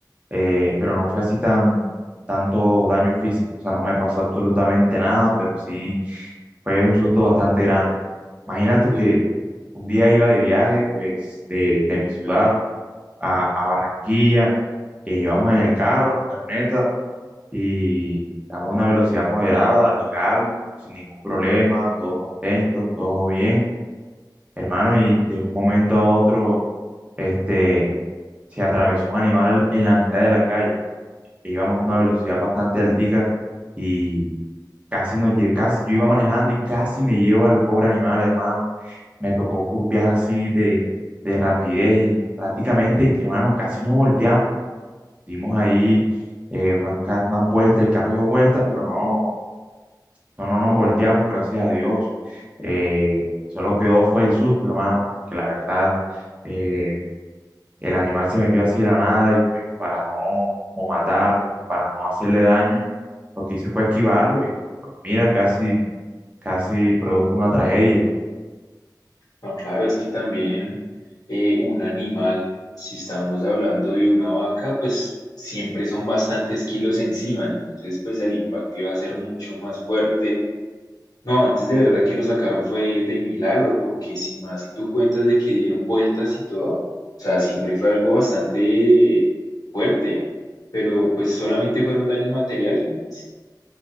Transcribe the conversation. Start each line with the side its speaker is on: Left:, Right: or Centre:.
Right: eh, pero no fue así tan tanto daño físico. O sea, no me pasó absolutamente nada, pero sí fue un susto bastante grande. Imagínate
Left: Uy,
Right: que
Left: uy.
Right: un día iba de viaje, pues, de, de mi ciudad a, a Barranquilla. eh, íbamos en el carro, en la camioneta. y vamos a una velocidad moderada, legal, sin ningún problema, todos contentos, todo bien, hermano, y de un momento a otro, este, se atravesó un animal en en la mitad de la calle, e íbamos a una velocidad bastante altica y casi nos lle- casi yo iba manejando y casi me llevo al pobre animal, hermano, me tocó curvear así de, de rapidez y prácticamente, que, hermano, casi nos volteamos, dimos ahí eh, unas, ca- unas vueltas, el carro dio vueltas, pero no. No, no nos volteamos, gracias a Dios. Eh, solo quedó fue el susto, hermano, que la verdad eh, el animal se metió así de la nada y pues para no como matarlo, para no hacerle daño, lo que hice fue esquivarlo y pues mira, casi, casi produjo una tragedia.
Left: No, claro, es que también eh, un animal, si estamos hablando de una vaca, pues siempre son bastantes kilos encima, entonces pues el impacto iba a ser mucho más fuerte. No, antes de verdad que lo sacaron fue de milagro, porque si más, si tú cuentas de que dieron vueltas y todo, o sea, siempre fue algo bastante fuerte, pero pues solamente fueron daños materiales, ¿no?